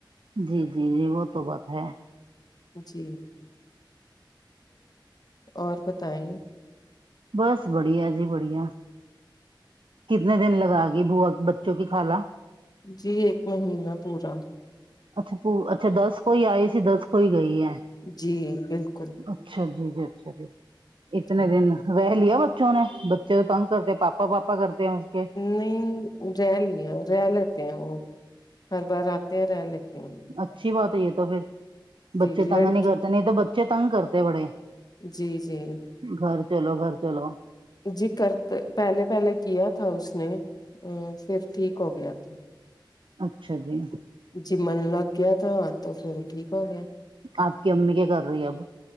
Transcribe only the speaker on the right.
جی جی جی وہ تو بات ہے
بس بڑھیا جی بڑھیا کتنے دن لگا گی بووا کی بچوں کی خالا
اچھا وہ اچھا دس کو ہی آئی ہے دس کو ہی گئی ہے
اچھا جی جی اچھا جی اتنے
دن رہ لیا بچوں نے جی تنگ کرتے پاپا پاپا کرتے ہونگے
اچھی بات ہے یہ تو پھر
بچے تنگ
نہیں کرتے نہیں تو بچے تنگ کرتے بڑے
گھر چلو گھر چلو
اچھا جی
آپ کی امی کیا کر رہی اب